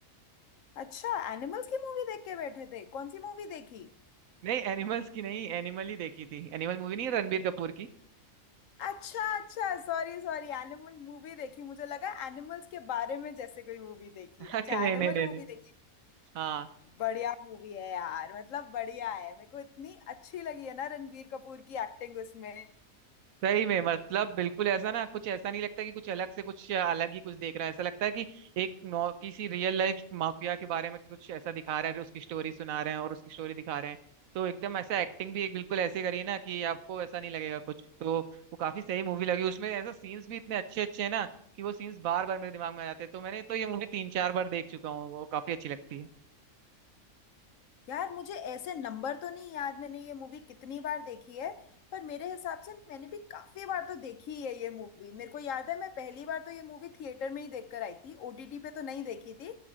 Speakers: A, on the left; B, on the right.
A: अच्छा एनिमल्स की मूवी देख के बैठे थे कौन सी मूवी देखी
B: नहीं एनिमल्स की नहीं एनिमल ही देखी थी एनिमल मूवी नहीं है रणबीर कपूर की
A: अच्छा अच्छा सॉरी सॉरी एनिमल मूवी देखी मुझे लगा एनिमल्स के बारे में जैसे कोई मूवी देखी
B: <laughs>
A: अच्छा
B: अरे नहीं
A: एनिमल
B: नहीं नहीं
A: मूवी
B: नहीं
A: देखी
B: हाँ
A: बढ़िया मूवी है यार मतलब बढ़िया है मेरे को इतनी अच्छी लगी है ना रणबीर कपूर की एक्टिंग उसमें
B: सही में मतलब बिल्कुल ऐसा ना कुछ ऐसा नहीं लगता कि कुछ अलग से कुछ अलग ही कुछ देख रहा है ऐसा लगता है कि एक नौ किसी रियल लाइफ माफिया के बारे में कुछ ऐसा दिखा रहे हैं उसकी स्टोरी सुना रहे हैं और उसकी स्टोरी दिखा रहे हैं तो एकदम ऐसा एक्टिंग भी एक बिल्कुल ऐसे करी है ना कि आपको ऐसा नहीं लगेगा कुछ तो वो काफी सही मूवी लगी उसमें ऐसा सीन्स भी इतने अच्छे अच्छे हैं ना कि वो सीन्स बार बार मेरे दिमाग में आ जाते हैं तो मैंने तो ये मूवी तीन चार बार देख चुका हूँ वो काफी अच्छी लगती है
A: यार मुझे ऐसे नंबर तो नहीं याद मैंने ये मूवी कितनी बार देखी है पर मेरे हिसाब से मैंने भी काफी बार तो देखी है ये मूवी मेरे को याद है मैं पहली बार तो ये मूवी थिएटर में ही देखकर आई थी ओटीटी पे तो नहीं देखी थी